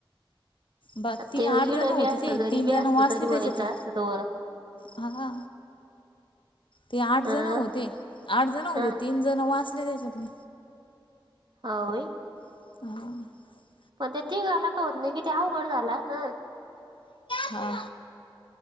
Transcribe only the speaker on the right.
ते
इड
बी असत
घरीबी
असत
तरी
व्हायचं असत ते व.
हं
हं
हाव बई.
पण ते तीगाला का होत नाही कि ते अवघड झाल आसन.